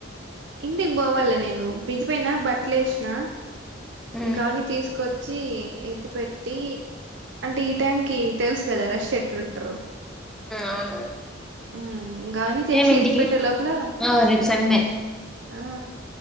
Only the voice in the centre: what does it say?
ఉమ్
అవును
ఏమి ఇంటికి
ఆ
రేపు
సండే